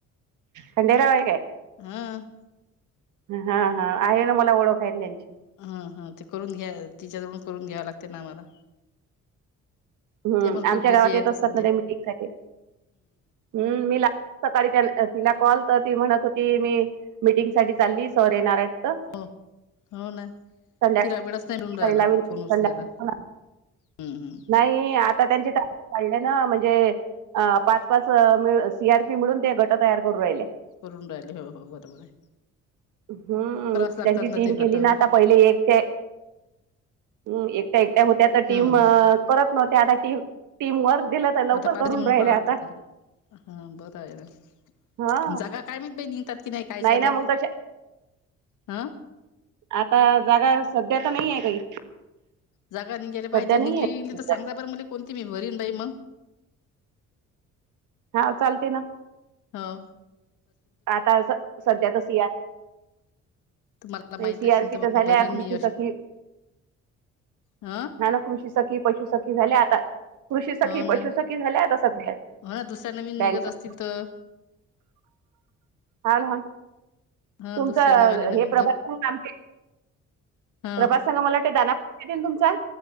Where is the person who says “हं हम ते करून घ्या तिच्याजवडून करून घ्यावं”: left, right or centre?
Left